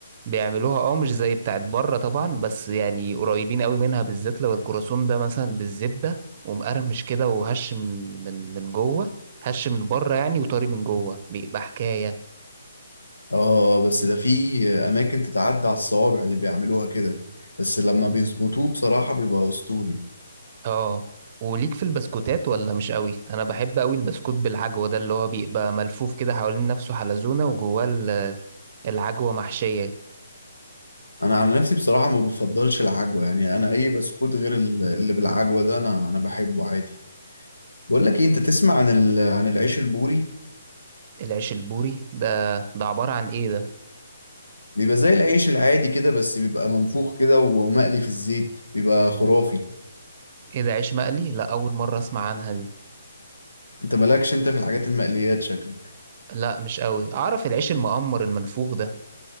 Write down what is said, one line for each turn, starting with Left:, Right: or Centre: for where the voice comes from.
Right: بيعملوها اه مش زي بتاعت بره طبعا بس يعني قريبين قوي منها بالذات لو الكروسون ده مثلا بالزبدة ومقرمش كده وهش من من من جوه هش من بره يعني وطري من جوه بيبقى حكاية
Left: اه بس ده في اماكن تتعدى على الصوابع اللي بيعملوها كده بس لما بيظبطوه بصراحه بيبقى اسطوري
Right: اه وليك في البسكوتات ولا مش قوي انا بحب قوي البسكوت بالعجوة ده اللي هو بيبقى ملفوف كده حوالين نفسه حلزونة وجواه ال- العجوة محشية
Left: انا عن نفسي بصراحه ما بفضلش العجوه يعني انا اي بسكوت غير ال- اللي بالعجوه ده انا انا بحبه عادي بقول لك ايه انت تسمع عن ال... عن العيش البوري
Right: العيش البوري ده ده عبارة عن ايه ده
Left: بيبقى زي العيش العادي كده بس بيبقى منفوخ كده ومقلي في الزيت بيبقى خرافي
Right: ايه ده عيش مقلي لا اول مرة اسمع عنها دي
Left: انت مالكش انت في الحاجات المقليات شكلك
Right: لا مش قوي اعرف العيش المقمر المنفوخ ده